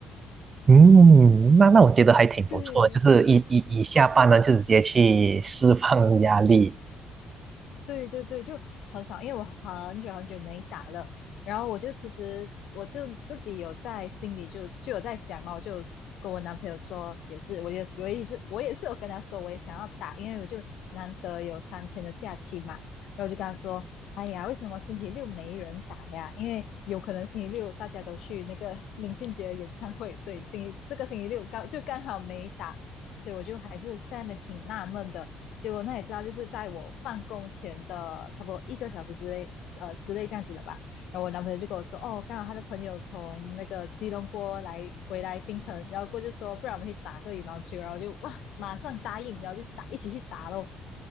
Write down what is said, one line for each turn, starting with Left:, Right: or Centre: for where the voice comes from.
Right: 嗯，那那我觉得还挺不错的，
Left: 对
Right: 就是一一一下班呢，就直接去释放压力。
Left: 对对对，就很少，因为我很久很久没打了。然后我就其实我就自己有在心里就就有在想嘛，我就跟我男朋友说，也是，我也是，我也是，我也是有跟他说，我也想要打，因为我就难得有三天的假期嘛。然后我就跟他说，哎呀，为什么星期六没人打呀？因为有可能星期六大家都去那个 <laughs> 林俊杰的演唱会，所以星期这个星期六刚就刚好没打，所以我就还是在那边挺纳闷的。结果那也知道，就是在我办公前的差不多一个小时之内，呃之类这样子的吧。然后我男朋友就跟我说，哦，刚好他的朋友从那个吉隆坡来回来槟城，然后过去说，不然我们去打个羽毛球，然后就哇，马上答应，然后就打一起去打咯。